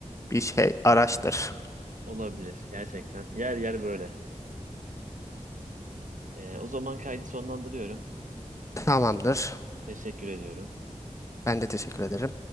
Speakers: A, on the left; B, on the right.
A: bir şey araçtır.
B: Olabilir gerçekten. Yer yer böyle. E, o zaman kaydı sonlandırıyorum.
A: Tamamdır.
B: Teşekkür ediyorum.
A: Ben de teşekkür ederim.